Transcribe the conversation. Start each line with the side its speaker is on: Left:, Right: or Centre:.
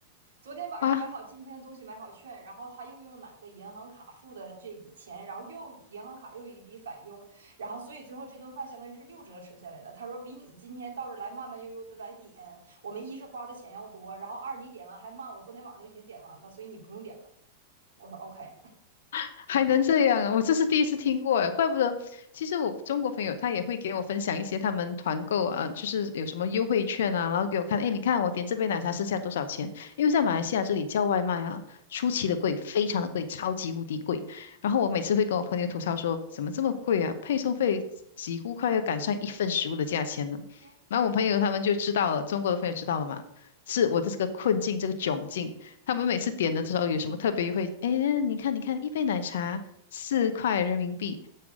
Right: 昨天晚上买好今天的东西，
Left: 啊，
Right: 买好券，然后他又用哪个银行卡付的这笔钱，然后又银行卡又有一笔返佣，然后所以最后这顿饭相当于是六折吃下来的。他说比你今天到这来慢慢悠悠的来点，我们一是花的钱要多，然后二你点完还慢，我昨天晚上都已经点完了，所以你不用点了。我说 OK，
Left: <laughs> 还能这样啊，我这是第一次听过诶，怪不得。其实我中国朋友他也会给我分享一些他们团购啊，就是有什么优惠券啊，然后给我看，诶，你看我点这杯奶茶剩下多少钱？因为在马来西亚这里叫外卖啊，出奇的贵，
Right: 嗯
Left: 非常的贵，超级无敌贵。然后我每次会跟我朋友吐槽说，
Right: 嗯，
Left: 怎么这么贵啊？配送费几乎快要赶上一份食物的价钱了。
Right: 天呐，
Left: 然后我朋友他们就知道了，中国的朋友知道了嘛，是我的这个困境，这个窘境。他们每次点的时候有什么特别优惠？哎，你看，你看，一杯奶茶四块人民币